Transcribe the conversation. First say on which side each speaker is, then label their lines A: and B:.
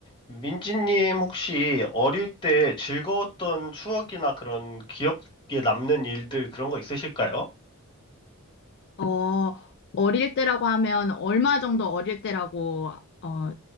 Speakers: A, on the left; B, on the left.
A: 민지님 혹시 어릴 때 즐거웠던 추억이나 그런 기억에 남는 일들 그런 거 있으실까요?
B: 어, 어릴 때라고 하면 얼마 정도 어릴 때라고 어,